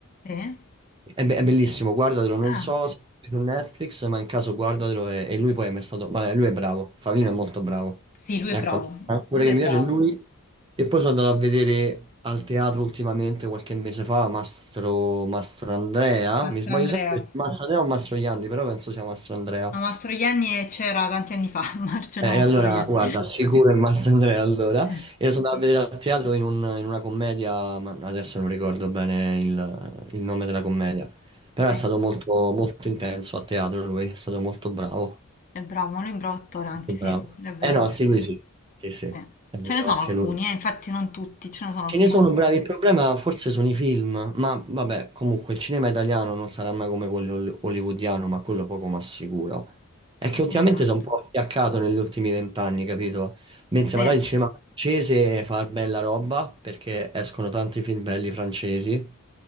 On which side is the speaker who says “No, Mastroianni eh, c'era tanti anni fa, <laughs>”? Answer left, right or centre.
Left